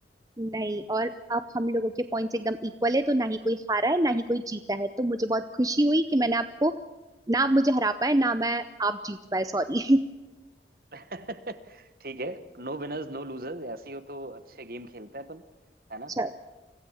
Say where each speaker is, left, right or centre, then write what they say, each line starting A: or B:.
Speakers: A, on the right; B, on the right.
A: नहीं और अब हम लोगों के पॉइंट्स एकदम इक्वल है तो ना ही कोई हारा है ना ही कोई जीता है तो मुझे बहुत खुशी हुई कि मैंने आपको ना आप मुझे हरा पाए ना मैं आप जीत पाए सॉरी
B: <laughs> ठीक है नो विनर्स नो लूजर्स ऐसे ही हो तो अच्छे गेम खेलते हैं अपन
A: <laughs>
B: है ना